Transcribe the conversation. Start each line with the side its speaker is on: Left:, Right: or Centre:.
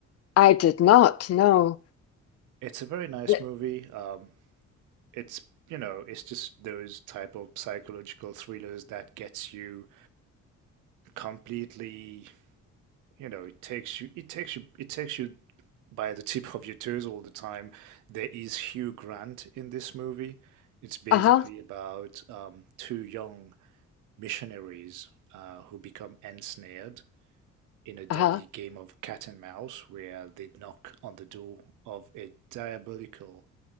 Left: I did not. No.
Right: It's a very nice
Left: The,
Right: movie. Um, it's you know it's just those type of psychological thrillers that gets you completely you know it takes you it takes you it takes you by the tip of your toes all the time there is hugh grant in this movie it's basically
Left: uh-huh.
Right: about um, two young missionaries uh, who become ensnared in a deadly
Left: Uh-huh.
Right: game of cat and mouse where they knock on the door of a diabolical